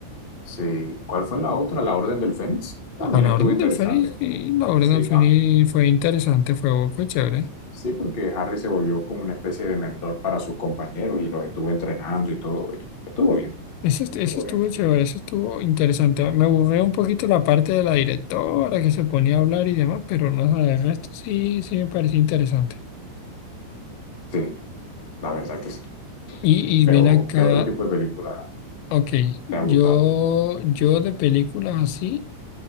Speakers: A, on the left; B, on the left.
A: sí. ¿Cuál fue la otra? La Orden del Fénix. También
B: A la
A: estuvo
B: Orden
A: interesante.
B: del Fénix, sí, la Orden
A: Sí,
B: del
A: va.
B: Fénix fue interesante, fue, fue chévere.
A: Sí, porque Harry se volvió como una especie de mentor para sus compañeros y los estuvo entrenando y todo. y estuvo bien,
B: Eso, est- eso
A: estuvo
B: estuvo
A: bien.
B: chévere, eso estuvo interesante. Me aburrió un poquito la parte de la directora que se ponía a hablar y demás, pero no sé, el resto sí, sí me pareció interesante.
A: Sí, la verdad que sí.
B: Y, y
A: Pero,
B: ven acá,
A: ¿qué otro tipo de película
B: ok, yo,
A: te ha gustado?
B: yo de películas así,